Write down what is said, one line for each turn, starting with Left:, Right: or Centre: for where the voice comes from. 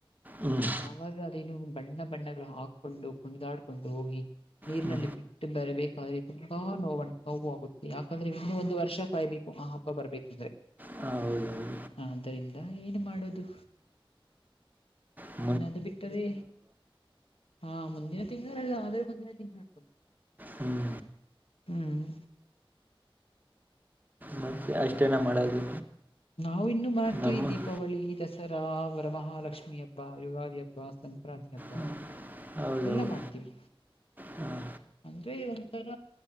Right: ಹ್ಮ್
Left: ಆಾಗ ಅದೇನು ಬಣ್ಣ ಬಣ್ಣಗಳು ಹಾಕೊಂಡು ಕುಣ್ದಾಡ್ಕೊಂಡು ಹೋಗಿ ನೀರಿನಲ್ಲಿ
Right: ಹ್ಞೂ
Left: ಬಿಟ್ಟು ಬರಬೇಕಾದ್ರೆ ತುಂಬಾ ನೋವ ನೋವು ಆಾಗುತ್ತೆ ಯಾಕಂದ್ರೆ ಇನ್ನು ಒಂದು ವರ್ಷ ಕಾಯಬೇಕು ಆ ಹಬ್ಬ ಬರ್ಬೇಕಂದ್ರೆ
Right: ಹ ಹೌದೌದು
Left: ಹ ಆದ್ದರಿಂದ ಏನು ಮಾಡೋದು
Right: ಹ್ಮ
Left: ಇನ್ನ ಅದು ಬಿಟ್ಟರೆ ಹಾ ಮುಂದಿನ ತಿಂ ಆದರೆ ಮುಂದಿನ ತಿಂಳಕ
Right: ಹ್ಮ್
Left: ಹ್ಮ್
Right: ಮತ್ತೆ ಅಷ್ಟೇನ ಮಾಡೋದು
Left: ನಾವವು ಇನ್ನು ಮಾಡ್ತೀವಿ
Right: ನಮ್ಮ
Left: ದೀಪಾವಳಿ ದಸರಾ ರಾಮರಮಹಾಲಕ್ಷ್ಮಿ ಹಬ್ಬ ಯುಗಾದಿ ಹಬ್ಬ ಸಂಕ್ರಾಂತಿ ಹಬ್ಬ
Right: ಹಾಂ ಹೌದೌದು
Left: ಎಲ್ಲ ಮಾಡ್ತೀವಿ
Right: ಹಾಂ
Left: ಅಂದ್ರೆ ಒಂಥರ